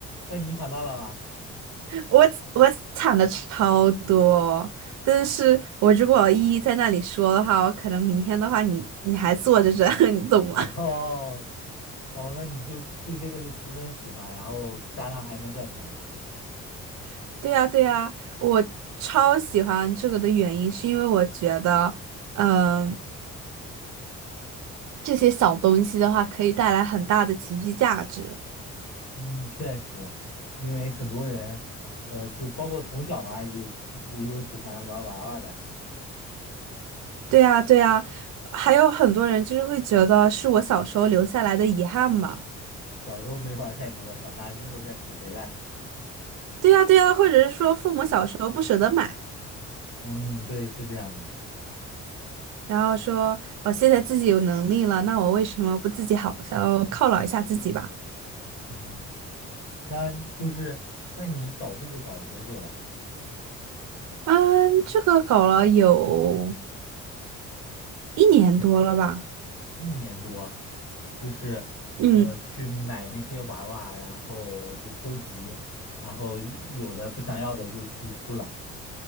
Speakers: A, on the left; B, on the right.
A: 那你抢到了吗？
B: 我我抢的超多，但是我如果一一在那里说的话，我可能明天的话你，你还坐着这，<laughs> 你懂吗？
A: 哦，哦，那你就对这个就十分喜欢，然后加上还能赚钱。
B: <laughs> 对呀，对呀，我超喜欢这个的原因是因为我觉得，嗯、这些小东西的话可以带来很大的情绪价值。
A: 嗯，确实，因为很多人，呃，就包括从小嘛，也也有喜欢玩娃娃的。
B: 对呀，对呀，还有很多人就是会觉得是我小时候留下来的遗憾嘛。
A: 小时候没玩儿太多，长大之后再补回来。
B: 对呀，对呀，或者是说父母小时候不舍得买。
A: 嗯，对，是这样的。
B: 然后说我现在自己有能力了，那我为什么不自己好好犒劳一下自己吧？
A: 嗯，那就是，那你搞这个搞了多久了？
B: 嗯，这个搞了有一年多了吧？
A: 一年多，就是呃，
B: 嗯，
A: 去买那些娃娃，然后就收集，然后有的不想要的就去出了。